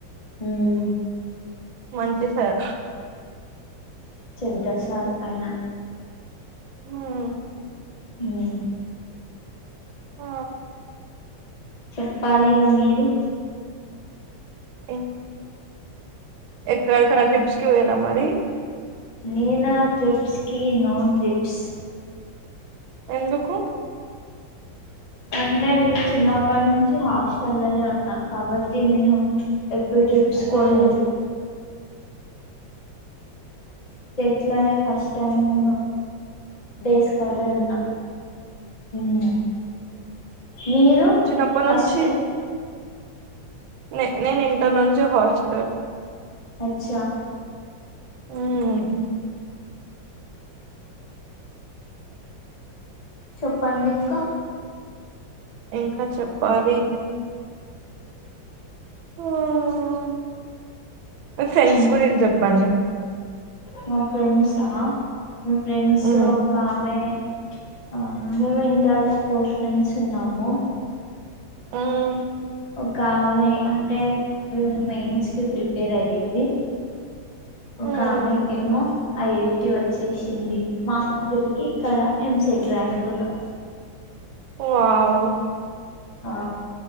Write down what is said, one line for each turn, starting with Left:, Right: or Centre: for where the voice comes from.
Left: హ్మ్
Right: మంచి సార్
Left: చెడ్డ సార్ ఆయన
Right: మ్మ్
Left: హ్మ్
Right: ఆ
Left: చెప్పాలిగా మీరు
Right: అ <unintelligible> ఎక్కడక్కనా ట్రిప్స్కి పోయినర మరి <unintelligible>
Left: నేనా ట్రిప్స్ కి నో ట్రిప్స్
Right: ఎందుకు
Left: అంటే నేను చిన్నప్పటి నుంచి హాస్టల్ లోనే ఉన్నా కాబట్టి నేను ఎప్పుడు ట్రిప్స్
Right: హ్మ్
Left: పోలేదు ఇంట్లోనే ఫస్ట్ టైం నేను డేస్ వలను <unintelligible> మ్మ్ మీరు
Right: చిన్నప్పటి
Left: ఫస్ట్
Right: నుంచి నే నేను ఇంటర్ నుంచి హాస్టల్
Left: అచ్చా
Right: హ్మ్మ్
Left: చెప్పండి ఇంకా
Right: ఇంకా చెప్ పది హ్మ్ ఫ్రెండ్స్
Left: చిన్
Right: గురించి చెప్పండి
Left: మా ఫ్రెండ్స్ ఆ మా ఫ్రెండ్స్
Right: హ్మ్
Left: ఒక ఆమె ఆ మేము ఇంటర్ లో ఫోర్ ఫ్రెండ్స్ ఉన్నాము
Right: హ్మ్
Left: ఒక ఆమె అంటే మెయిన్స్ కి ప్రిపేర్ అయ్యేది ఒకకామెకేమో
Right: హ్మ్
Left: ఐ ఐటి వచ్చేసింది మా ముగ్గురికి ఇక్కడ ఎంసెట్ ట్రాకుగా
Right: వావ్
Left: ఆ